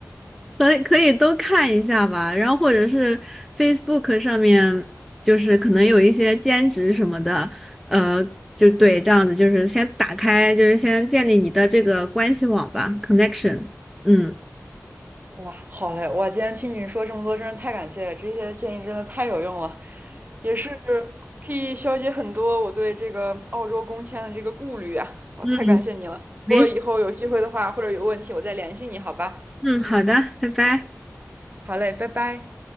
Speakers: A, in the centre; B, on the right.
A: 可以可以都看一下吧，然后或者是 Facebook 上面，就是可能有一些兼职什么的，呃，就对，这样子就是先打开，就是先建立你的这个关系网吧，connection。嗯
B: 哇，好嘞！哇，今天听你说这么多，真是太感谢了，这些建议真的太有用了，也是可以消解很多我对这个澳洲工签的这个顾虑啊！哇，
A: 嗯，
B: 太感谢你了。
A: 没事，
B: 如果以后有机会的话，或者有问题，我再联系你，好吧？
A: 嗯，好的，拜拜。
B: 好嘞，拜拜。